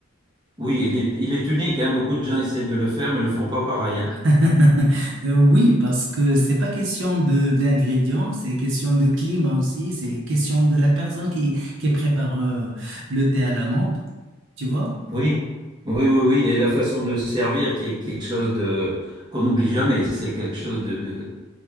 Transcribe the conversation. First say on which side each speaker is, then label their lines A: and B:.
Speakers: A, on the right; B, on the right.
A: oui, il est, il est unique, hein. Beaucoup de gens essaient de le faire, mais ne le font pas pareil, hein.
B: <laughs> Euh, Oui, parce que c'est pas question de d'ingrédients, c'est question de climat aussi, c'est question de la personne qui, qui prépare euh, le thé à l'amande, tu vois?
A: Oui, oui, oui, oui. Et la façon de le servir qui est quelque chose de qu'on n'oublie jamais. C'est quelque chose de, de-